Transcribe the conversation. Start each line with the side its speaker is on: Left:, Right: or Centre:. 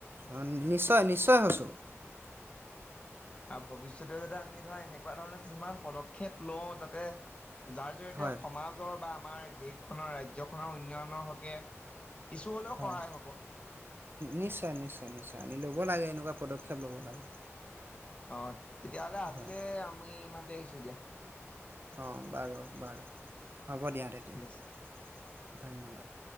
Right: অ নিশ্চয় নিশ্চয় হৈছোঁ।
Left: আৰু ভৱিষ্যতে যাতে আমি ধৰা এনেকে তেনেকুৱা ধৰণৰ কিছুমান পদক্ষেপ লওঁ যাতে। যাৰ জৰিয়তে
Right: হয়
Left: সমাজৰ বা। আমাৰ দেশখনৰ ৰাজ্যখনৰ উন্নয়নৰ হকে। কিছু হ'লেও
Right: হয়
Left: সহায় হ'ব।
Right: নিশ্চয় নিশ্চয় নিশ্চয় আমি ল'ব লাগে এনেকুৱা পদক্ষেপ ল'ব লাগে।
Left: অ তেতিয়া হ'লে আজিলে
Right: হয়
Left: আমি ইমানতে দিয়া
Right: অ বাৰু বাৰু হ'ব দিয়া তেতিয়া।
Left: ঠিক আছে।
Right: ধন্যবাদ।